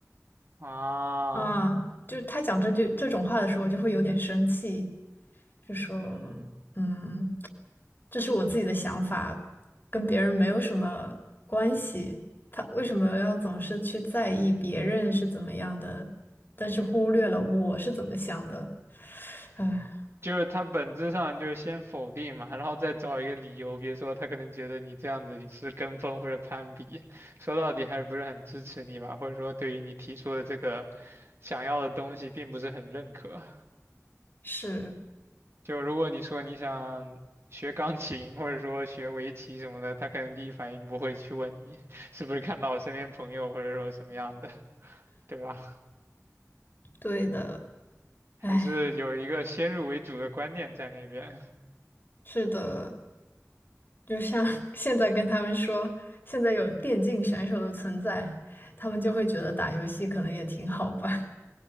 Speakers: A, on the right; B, on the left.
A: 啊，
B: 啊，就他讲这句这种话的时候，我就会有点生气。就说，
A: 嗯，
B: 嗯，这是我自己的想法，跟别人没有什么关系。他为什么要总是去在意别人是怎么样的，但是忽略了我是怎么想的？唉，
A: 就是他本质上就是先否定嘛，然后再找一个理由，比如说他可能觉得你这样子是跟风或者攀比，说到底还是不是很支持你吧，或者说对于你提出的这个想要的东西并不是很认可。
B: 是
A: 就如果你说你想学钢琴或者说学围棋什么的，他可能第一反应不会去问你是不是看到我身边朋友或者说什么样的，对吧？
B: 对的，
A: 还是有一个先入为主的观念在那边。
B: 唉，是的，就像 <laughs> 现在跟他们说，现在有电竞选手的存在，他们就会觉得打游戏可能也挺好吧。